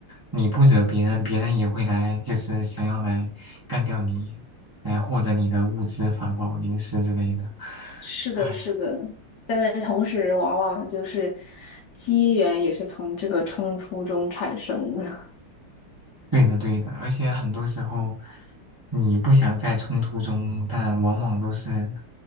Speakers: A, on the right (about 15°); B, on the left (about 65°).
A: 你不惹别人，别人也会来，就是想要来干掉你，来获得你的物资、法宝、零食之类的。
B: 是的，
A: 唉，
B: 是的。但是同时，往往就是机缘也是从这个冲突中产生的。
A: 对的对的，而且很多时候你不想在冲突中，但往往都是